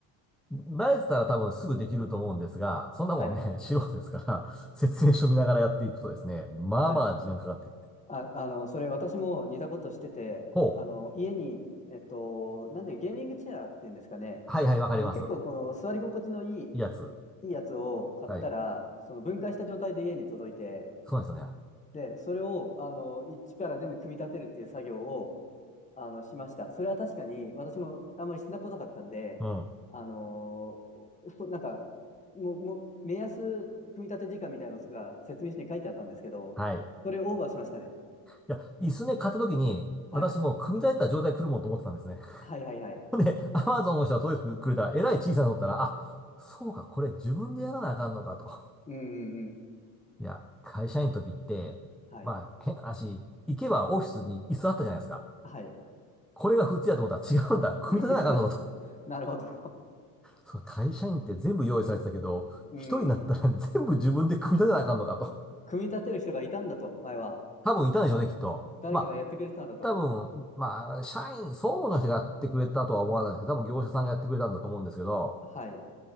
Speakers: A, in the centre; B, on the left.
A: 慣れてたら多分すぐできると思うんですが、そんなもんね、
B: はい、
A: <laughs> 素人ですから、説明書見ながらやっていくとですね、まあまあ時間かかっていって。
B: はい。あ、あの、それ私も似たことしてて、
A: ほう。
B: あの、家に、えっと、なんでゲーミングチェアっていうんですかね、
A: はいはい、わかります。
B: あの、結構この座り心地のいい、
A: いいやつ。
B: いいやつを買ったら、
A: はい。
B: その分解した状態で家に届いて、
A: そうなんですよね。
B: で、それを、あの、一から全部組み立てるっていう作業を、あの、しました。それは確かに、私もあんまりしてなこなかったんで、
A: うん。
B: あのーそなんか、もう、もう、目安組み立て時間みたいなのが説明書に書いてあったんですけど、
A: はい。い
B: それオーバーしましたね。
A: や、椅子ね、買った時に、
B: はい。
A: 私もう組み立てた状態来るもんと思ってたんですね。
B: はいはいはい。
A: <laughs> で、アマゾンの人が届いてくれたら、えらい小さいのだったら、あ、そうか、これ自分でやらなあかんのかと。
B: うんうんうん。
A: いや、会社員の時って、
B: はい。
A: まあ、変な話、行けばオフィスに椅子あったじゃないですか。
B: はい。
A: これが普通やと思ったら違うんだ。組み立てなあかんのだと
B: <laughs> なるほど。
A: そう、会社員って全部用意されてたけど、
B: うん。うん。
A: 一人になったら <laughs> 全部自分で組み立てなあかんのかと。
B: 組み立てる人がいたんだと、前は。
A: 多分いたんでしょうね、きっと。
B: 誰かがやってくれてたんだと。
A: まあ、多分、まあ、社員、総務の人がやってくれたとは思わないですけど、多分業者さんがやってくれたんだと思うんですけど、
B: はい。